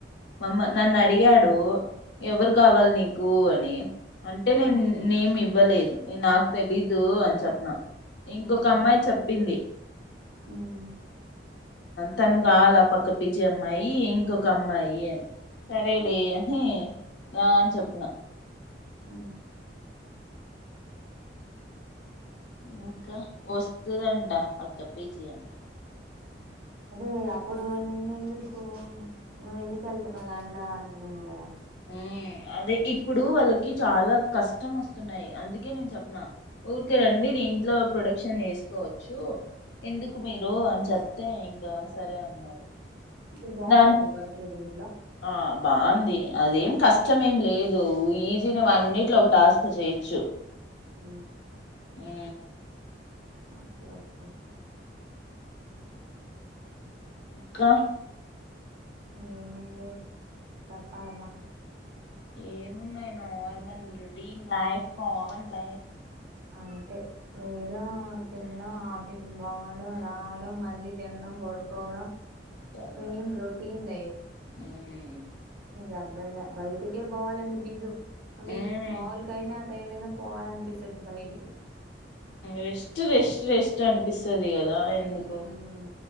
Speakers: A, on the left; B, on the right.
A: మమ్మ నన్ను అడిగాడు
B: హ్మ్.
A: ఎవరు కావాలి నీకు అని అంటే
B: హ్మ్.
A: నేను నేను ఇవ్వలేదు నాకు తెలీదు అని చెప్పిన ఇంకొక
B: హ్మ్.
A: అమ్మాయి చెప్పింది
B: హ్మ్.
A: తను కావాల పక్క పిజి అమ్మాయి ఇంకొక అమ్మాయి ఏ సరేలే
B: హ్మ్.
A: అని రా అని చెప్పిన
B: ఆ
A: ఇంకా వస్తుదంట పక్క పీజీ అమ
B: అదే అప్పుడు నిన్న ఎందుకు నువ్వు ఎందుకు వెళ్తున్నావు దాంట్లో అంటునేంది కదా
A: ఆ అదే ఇప్పుడు వాళ్ళకి చాలా కష్టం వస్తున్నాయి అందుకే నేను చెప్పన ఊరికే రండి దీంట్లో ప్రొడక్షన్ చేసుకోవచ్చు ఎందుకు మీరు అని చెప్తే ఇంకా సరే అన్నారు
B: ఇప్పుడు బాగుందా
A: దాన్
B: నీకు కొరకే దిం
A: ఆ బాగుంది అదేం కష్టమేం లేదు ఈజీనే వన్ మినిట్ లో ఒక టాస్క్ చేయొచ్చు
B: అ
A: హ
B: ఓకే ఓకే
A: కా
B: ఏంది చెప్పాలమ్మా
A: ఏమున్నాయి normal routine life common life
B: అంతే నే లేయడం తిండం ఆఫీస్ బోడం రావడం మళ్ళీ తిడం బడు గోడ
A: తెల్లారి
B: సేమ్ రోటీన్ లైఫ్
A: హ్మ్
B: యబ్బల్లే బయటికే పోవాలనిపీదు అవి
A: ఉమ్
B: మాముల్ కైనా ఎవ్లైనా పోవాలనిపిస్ తది బయటికి
A: రెస్ట్ రెస్ట్ రెస్ట్ అనిపిస్తది కదా ఎందుకు
B: ఉమ్